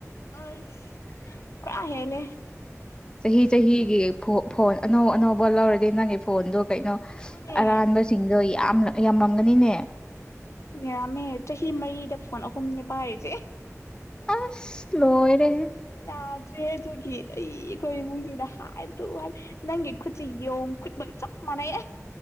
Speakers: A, on the left; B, on the left.
A: ꯑꯩꯁ ꯄꯨꯔꯥ ꯍ‌ꯦꯜꯂꯦ
B: ꯆꯍꯤ ꯆꯍꯤꯒꯤ ꯐꯣꯟ ꯐꯣꯟ ꯑꯅꯧ ꯑꯅꯧꯕ ꯂꯧꯔꯗꯤ ꯅꯪꯒꯤ ꯐꯣꯟꯗꯣ ꯀꯩꯅꯣ
A: ꯑꯗꯨꯅꯦ
B: ꯑꯔꯥꯟꯕ ꯁꯤꯡꯗꯣ ꯌꯥꯝ ꯌꯥꯝꯃꯝꯒꯅꯤꯅꯦ
A: ꯌꯥꯝꯃꯦ ꯆꯍꯤ ꯃꯔꯤꯗ ꯐꯣꯟ ꯑꯍꯨꯝꯅ‌ꯦ ꯄꯥꯥꯏꯔꯤꯁꯦ
B: ꯑꯁ ꯂꯣꯏꯔꯦꯍꯦ
A: ꯌꯥꯗ꯭ꯔꯦ ꯑꯗꯨꯒꯤ ꯑꯩ ꯑꯩꯈꯣꯏ ꯏꯃꯨꯡꯁꯤꯅ ꯍꯥꯏꯕꯗ‌ꯣ ꯅꯪꯒꯤ ꯈꯨꯠꯁ‌ꯦ ꯌꯣꯡ ꯈꯨꯠꯃꯛꯀ ꯆꯞ ꯃꯥꯅꯩ